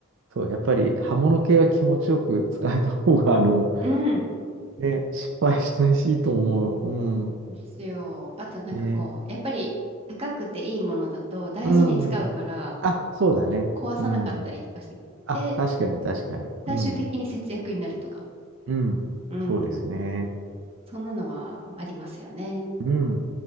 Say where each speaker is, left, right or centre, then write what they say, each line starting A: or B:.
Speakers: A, on the right; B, on the right.
A: そう、やっぱり刃物系は気持ちよく使えた方が、あの、
B: うん。
A: ね、失敗しないしいいと思う。うん。
B: ですよ。あとなんかこう、
A: ね。
B: やっぱり高くていいものだと大事に使うから、
A: うん。あ、
B: こ
A: そうだね。
B: 壊さなかったりとかして、
A: うん。あ、確かに確かに。
B: 最終的に節約になるとか。
A: うん。うん。
B: うん。
A: そうですね。
B: そんなのはありますよね。
A: うん。